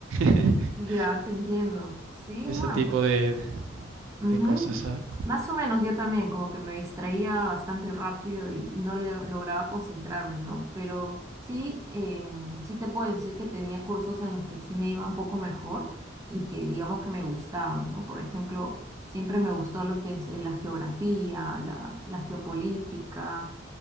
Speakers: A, on the right (about 85°); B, on the right (about 15°).
A: <laughs>
B: Ya te entiendo. Sí,
A: ese
B: no,
A: tipo
B: pues.
A: de,
B: Ujú.
A: de cosas, ¿sabes?
B: Más o menos yo también, como que me distraía bastante rápido y, y no le- lograba concentrarme, ¿no? Pero sí, em, sí te puedo decir que tenía cursos en los que sí me iba un poco mejor y que digamos que me gustaban, ¿no? Por ejemplo, siempre me gustó lo que es eh, la geografía, la, la geopolítica,